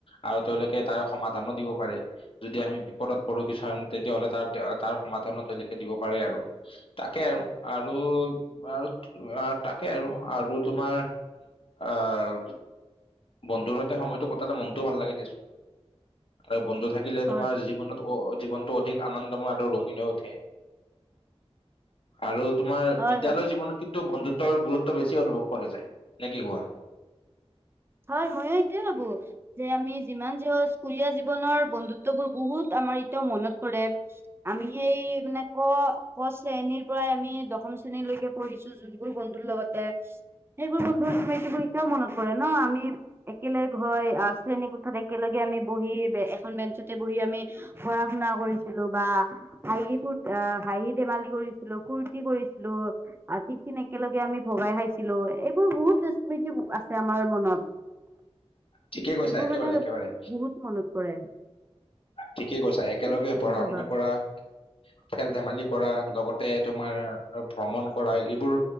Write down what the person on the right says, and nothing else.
হয়
হয়
হয়
হয়, ময়ো এইটোৱে ভাবো। যে আমি যিমান যি স্কুলীয়া জীৱনৰ বন্ধুত্ব বোৰ বহুত আমাৰ এতিয়াও মনত পৰে। আমি সেই মানে ক ক শ্ৰেণীৰ পৰাই আমি দশম শ্ৰেণীলৈকে পঢ়িছো। যোন বোৰ বন্ধুৰ লগতে। সেইবোৰ বন্ধুৰ স্মৃতিবোৰ এতিয়াও মনত পৰে ন। আমি একেলগে গৈ আহ শ্ৰেণীকোঠাত একেলগে আমি বহি এখন বেঞ্চতে বহি আমি পঢ়া শুনা কৰিছিলো বা <unintelligible> আহ হাঁহি ধেমালি কৰিছিলো, ফুৰ্তি কৰিছিলো। আৰু টিফিন একেলগে আমি ভগাই খাইছিলো। এইবোৰ বহুত স্মৃতি আছ আছে আমাৰ মনত।
এইবোৰ
মানে
বহুত মনত পৰে।
তুমি কি
বুলি ভাবা